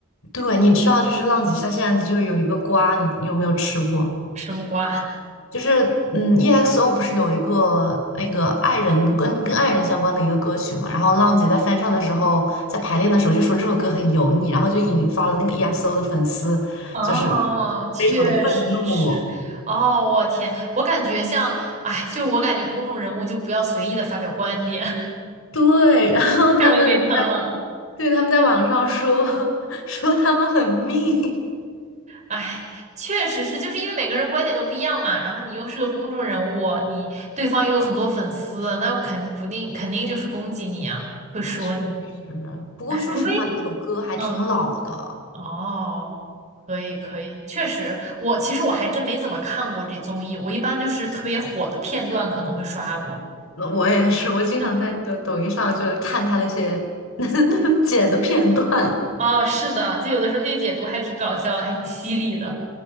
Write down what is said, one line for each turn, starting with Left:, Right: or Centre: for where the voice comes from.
Left: 对，你知道，就是浪姐下现在就是有一个瓜，你你有没有吃过？
Right: 什木瓜？
Left: 就是嗯，EXO 不是有一个那个爱人跟跟爱人相关的一个歌曲嘛？然后浪姐在翻唱的时候，在排练的时候就说这首歌很油腻，然后就引发了那个 EXO 的粉丝，
Right: 哦，
Left: 就是
Right: 确实是。
Left: 非常的愤怒。
Right: 哦，我天，我感觉像，哎，就我感觉公众人物就不要随意的发表观点，
Left: 对，<laughs> 然后他们在
Right: <laughs> 太容易被喷了。
Left: 对他们在网上说 <laughs> 说他们很命，
Right: 哎，确实是，就是因为每个人观点都不一样嘛，然后你又是个公众人物，你对方又有很多粉丝，那肯不定肯定就是攻击你啊，会说你。
Left: 确实。不过说实话，
Right: 哎，除非，
Left: 那首歌还挺老的。
Right: 嗯，哦，可以可以，确实，我其实我还真没怎么看过这综艺，我一般就是特别火的片段可能会刷过。
Left: 那我也是，我经常在那个抖音上就是看他那些
Right: 嗯，
Left: <laughs> 剪的片段。
Right: 哦，是的，就有的时候那解读还挺搞笑，还挺犀利的。